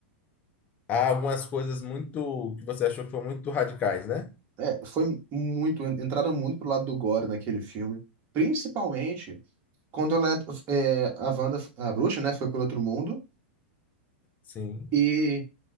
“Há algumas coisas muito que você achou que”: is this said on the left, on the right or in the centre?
Left